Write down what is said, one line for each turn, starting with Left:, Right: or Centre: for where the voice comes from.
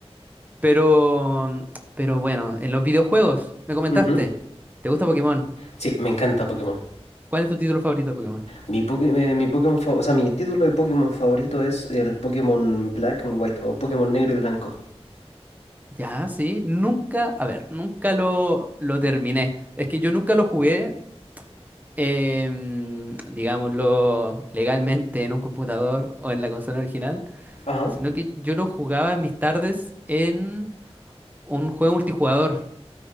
Right: Pero, mm, pero bueno, en los videojuegos, me comentaste,
Left: Ujú.
Right: ¿te gusta Pokémon?
Left: Sí, me encanta Pokémon.
Right: ¿Cuál es tu título favorito de Pokémon?
Left: Mi, Poké- eh, mi Pokémon fa- o sea, mi título de Pokémon favorito es el Pokémon Black and White o Pokémon Negro y Blanco.
Right: Ya, sí, nunca, a ver, nunca lo, lo terminé. Es que yo nunca lo jugué, eh, mm, digámoslo, legalmente en un computador o en la consola original,
Left: Ajá.
Right: sino que yo lo jugaba en mis tardes en un juego multijugador.